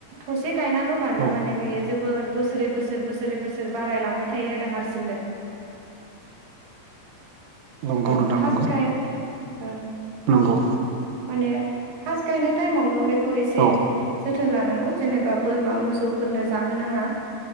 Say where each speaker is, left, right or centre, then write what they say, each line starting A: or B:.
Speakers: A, on the right; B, on the right.
A: थसे गायना होबानो
B: औ
A: माने बेयो जोब बोर बोसोरै बोसोर बोसोरै बोसोर बारायलांबाय थायो आरो हारसिंनो
B: नंगौ
A: ओं
B: नोंथां
A: फार्स्ट
B: नंगौ
A: गाइ ओं
B: नंगौ
A: माने फास्ट गायनाय टाइमावल' बेखौ एसे
B: औ
A: जोथोन जोथोन लानांगौ जेनेबा बोरमा मोसौफोरनो जाहोनाङा